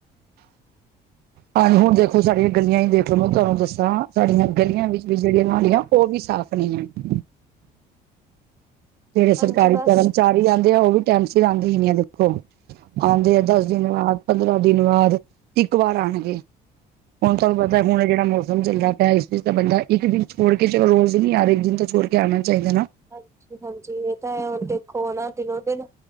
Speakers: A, on the right; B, on the right.
A: ਹਾਂਜੀ ਹੁਣ ਦੇਖੋ ਸਾਡੀਆਂ ਗਲੀਆਂ ਹੀ ਦੇਖ ਲਓ, ਮੈਂ ਤੁਹਾਨੂੰ ਦੱਸਾਂ ਸਾਡੀਆਂ ਗਲੀਆਂ ਵਿੱਚ ਵੀ, ਜਿਹੜੀਆਂ ਨਾਲੀਆਂ ਉਹ ਵੀ ਸਾਫ਼ ਨਹੀਂ ਹੈ। ਜਿਹੜੇ
B: ਹਾਂਜੀ
A: ਸਰਕਾਰੀ
B: ਬਸ
A: ਕਰਮਚਾਰੀ ਆਉਂਦੇ ਆ। ਉਹ ਵੀ ਟਾਈਮ ਸੀਰ ਆਦੇ ਹੀ ਨਹੀਂ ਆ ਦੇਖੋ। ਆਉਂਦੇ ਆ ਦਸ ਦਿਨ ਬਾਅਦ, ਪੰਦਰਾਂ ਦਿਨ ਬਾਅਦ ਇੱਕ ਵਾਰ ਆਉਣਗੇ। ਹੁਣ ਤੁਹਾਨੂੰ ਪਤਾ ਹੁਣ ਜਿਹੜਾ ਮੌਸਮ ਚੱਲਦਾ ਪਿਆ, ਇਸ ਵਿੱਚ ਤਾਂ ਬੰਦਾ ਇੱਕ ਦਿਨ ਛੋੜ ਕੇ, ਚਲੋ ਰੋਜ਼ ਨਹੀ ਆ ਰਹੇ। ਇੱਕ ਦਿਨ ਤਾਂ ਛੋੜ ਕੇ ਆਣਾ ਚਾਹੀਦਾ ਨਾ।
B: ਹਾਂਜੀ- ਹਾਂਜੀ ਇਹ ਤਾਂ ਹੈ ਹੁਣ, ਦੇਖੋ ਆ ਨਾ ਦਿਨੋ- ਦਿਨ।